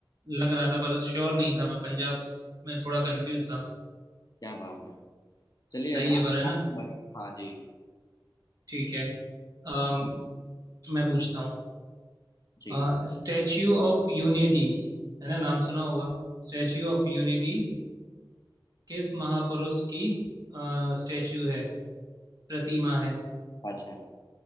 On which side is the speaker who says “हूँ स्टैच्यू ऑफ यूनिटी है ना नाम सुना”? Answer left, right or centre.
Right